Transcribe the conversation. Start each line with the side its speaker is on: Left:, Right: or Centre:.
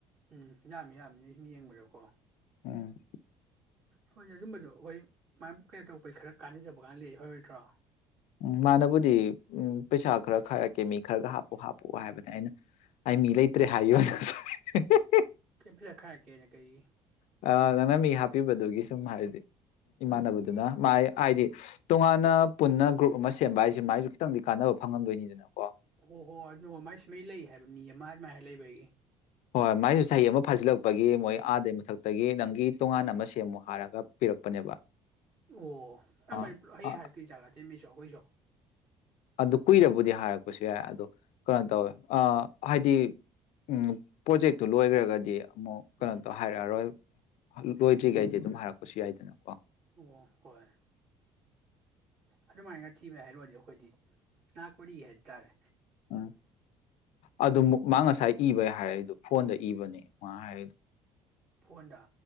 Right: ꯎꯝ ꯌꯥꯝꯃꯤ ꯌꯥꯝꯅꯤ ꯁꯨꯝ ꯌꯦꯡꯕꯗꯣꯀꯣ
Left: ꯎꯝ
Right: ꯍꯣꯏꯅꯦ ꯑꯗꯨꯝꯕꯗꯣ ꯑꯈꯣꯏ ꯃꯥꯏ ꯀꯩꯅꯣ ꯇꯧꯔꯛꯄꯩ ꯈꯔ ꯀꯥꯟꯅꯖꯕꯒꯥꯡ ꯂꯩꯔꯗꯤ ꯐꯔꯣꯏꯗ꯭ꯔꯣ
Left: ꯎꯝ ꯃꯥꯅꯕꯨꯗꯤ ꯎꯝ ꯄꯩꯁꯥ ꯈꯔ ꯈꯥꯏꯔꯛꯀꯦ ꯃꯤ ꯈꯔꯒ ꯍꯥꯞꯄꯨ ꯍꯥꯞꯄꯨ ꯍꯥꯏꯕꯅꯤ ꯑꯩꯅ ꯑꯩ ꯃꯤ ꯂꯩꯇ꯭ꯔꯦ ꯍꯥꯏꯈꯤꯕꯅꯦ
Right: ꯀꯩ ꯄꯩꯁꯥ ꯈꯥꯏꯔꯛꯀꯦꯅ ꯀꯩꯒꯤ
Left: ꯑ, ꯅꯪꯅ ꯃꯤ ꯍꯥꯞꯄꯤꯕꯗꯨꯒꯤ ꯁꯨꯝ ꯍꯥꯏꯗꯤ ꯏꯃꯥꯟꯅꯕꯗꯨꯅ ꯃꯥꯥꯏ ꯍꯥꯏꯗꯤ ꯇꯣꯉꯥꯟꯅ ꯄꯨꯟꯅ ꯒ꯭ꯔꯨꯞ ꯑꯁ ꯁꯦꯝꯕ ꯍꯥꯏꯁꯦ ꯃꯥꯏꯁꯨ ꯈꯤꯇꯪꯗꯤ ꯀꯥꯟꯅꯕ ꯐꯪꯉꯝꯗꯣꯏꯅꯤꯗꯅꯀꯣ
Right: ꯍꯣ ꯍꯣ ꯑꯗꯨꯅ ꯃꯥꯏ ꯁꯨꯃꯩ ꯂꯩ ꯍꯥꯏꯕ ꯃꯤ ꯑꯃ ꯑꯃꯥꯥꯏ ꯂꯩꯕꯒꯤ
Left: ꯍꯣꯏ ꯃꯥꯏꯁꯨ ꯆꯍꯤ ꯑꯃ ꯐꯥꯖꯤꯜꯂꯛꯄꯒꯤ ꯃꯣꯏ ꯑꯥꯗꯩ ꯃꯊꯛꯇꯒꯤ ꯅꯪꯒꯤ ꯇꯣꯉꯥꯟ ꯑꯃ ꯁꯦꯝꯃꯨ ꯍꯥꯏꯔꯒ ꯄꯤꯔꯛꯄꯅꯦꯕ
Right: ꯑꯣ
Left: ꯑꯥ
Right: ꯑꯃꯥꯏ ꯄꯨꯂꯞ ꯍꯩ
Left: ꯑ-
Right: ꯍꯥꯏꯔꯛꯇꯣꯏꯖꯥꯠꯂ ꯑꯇꯩ ꯃꯤꯁꯨ ꯑꯩꯈꯣꯏꯁꯨ꯫ <unintelligible>
Left: ꯑꯗꯨ ꯀꯨꯏꯔꯕꯨꯗꯤ ꯍꯥꯏꯔꯛꯄꯁꯨ ꯌꯥꯏ ꯑꯗꯣ ꯀꯩꯅꯣ ꯇꯧꯋꯦ ꯑ ꯍꯥꯏꯗꯤ ꯎꯝ ꯄꯣꯖꯦꯛꯇꯨ ꯂꯣꯏꯒ꯭ꯔꯒꯗꯤ꯫ ꯑꯃꯨꯛ <unintelligible>
Right: ꯎꯝ
Left: ꯍꯥꯏꯔꯣꯏꯕ꯫ ꯂꯣꯏꯗ꯭ꯔꯤ ꯉꯩꯗꯤ ꯑꯗꯨꯝ ꯍꯥꯏꯔꯛꯄꯁꯨ ꯌꯥꯏꯗꯅꯀꯣ꯫
Right: ꯑꯣ ꯍꯣꯏ ꯑꯗꯨꯃꯥꯏꯅ ꯊꯤꯕ ꯍꯥꯏꯔꯨꯔꯗꯤ ꯑꯩꯈꯣꯏꯗꯤ ꯅꯥ ꯀꯣꯔꯤ ꯍꯥꯏꯗꯣ ꯇꯥꯔꯦ꯫
Left: ꯎꯝ ꯑꯗꯨ ꯃꯨꯛ ꯃꯥ ꯉꯁꯥꯏ ꯏꯕꯩ ꯍꯥꯏꯔꯛꯏꯗꯣ ꯐꯣꯟꯗꯩ ꯏꯕꯅꯦ ꯋꯥ ꯍꯥꯏ
Right: ꯐꯣꯟꯗ꯫